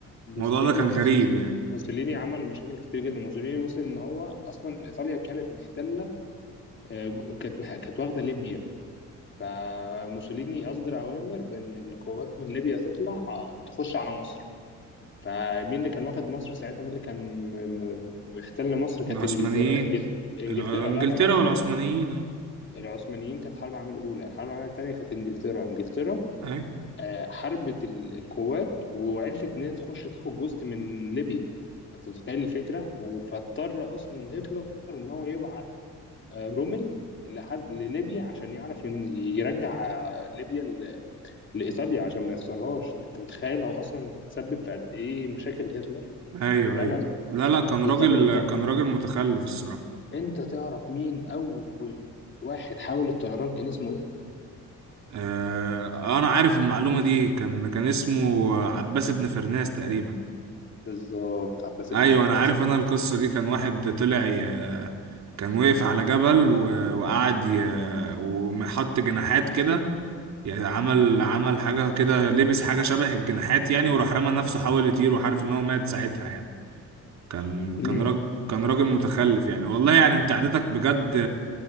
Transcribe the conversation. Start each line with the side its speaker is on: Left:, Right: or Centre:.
Left: بز...
Right: الموضوع
Left: يا
Right: ده
Left: ابني
Right: كان
Left: موسي-
Right: غريب يعني
Left: موسوليني عمل مشاكل كتير جدا موسوليني وصل ان هو اصلا ايطاليا كانت محتله آه، ج- كانت مح... كانت واخده ليبيا فموسوليني اصدر اوامر بان القوات من ليبيا تطلع آه، تخش على مصر فمين اللي كان واخد مصر ساعتها مين اللي كان م- م- محتل مصر كانت
Right: العثمانيين
Left: انجلترا انجل... انجلترا
Right: الع- انجلترا
Left: لا لا لا
Right: والعثمانيين اه
Left: العثمانيين كانت حرب العالميه الاولى الحرب العالميه الثانيه كانت انجلترا انجلترا
Right: اي
Left: آه، حربت ال- القوات وعرفت ان هي تخش تاخد جزء من ليبيا انت متخيل الفكره و- فاضطر اصلا هتلر ان هو يبعت آه، رومل لحد لليبيا عشان يعرف ين- يرجع آه، ليبيا ل- لايطاليا عشان ما يخسرهاش انت متخيل هو اصلا تسبب في قد ايه مشاكل هتلر
Right: ايوه
Left: لا
Right: ايوه
Left: لا لا
Right: لا لا كان
Left: إيه،
Right: راجل
Left: طب انت
Right: كان راجل متخلف الصراحة
Left: انت تعرف مين اول واحد حاول الطيران كان اسمه ايه
Right: آه انا عارف المعلومة دي كان كان اسمه عباس بن فرناس تقريبا
Left: بالظبط عباس بن
Right: ايوه
Left: فرناس
Right: انا عارف انا القصة دي كان واحد طلع ي- كان وقف على جبل و- وقعد ي- وحط جناحات كده يعني عمل عمل حاجة كده لبس حاجة شبه الجناحات يعني وراح رمى نفسه حاول يطير وعارف ان هو مات ساعتها يعني كان
Left: مم.
Right: كان راجل كان راجل متخلف يعني والله يعني انت عادتك بجد